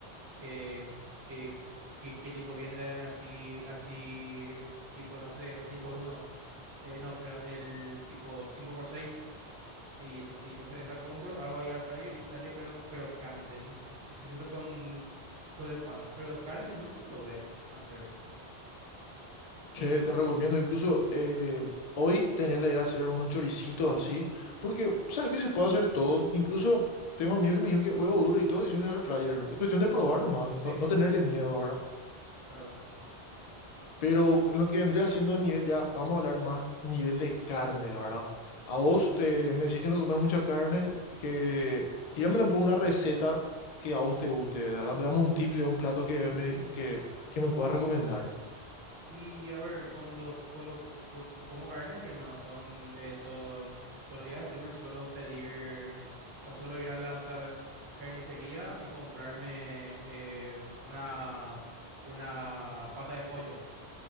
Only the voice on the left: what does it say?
Che, te recomiendo incluso eh, hoy tenía la idea de hacer unos choricitos así, porque sabes que se puede hacer todo. Incluso tengo amigos que me dijeron que huevo duro y todo es un air fryer. ¿no? Es cuestión de
probar nomás,
no,
no
tenerle miedo, ¿verdad?
Pero lo que vendría siendo a nivel ya, vamos a hablar más nivel de carne, ¿verdad? A vos te, me decís que no comes mucha carne y que tírame un poco una receta que a vos te guste, ¿verdad? Dame dame un tip de un plato que me, que, que me puedas recomendar.